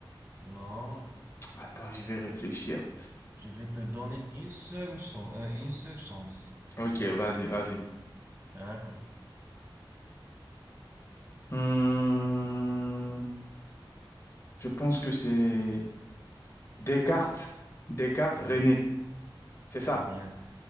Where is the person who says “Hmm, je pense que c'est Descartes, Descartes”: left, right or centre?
Left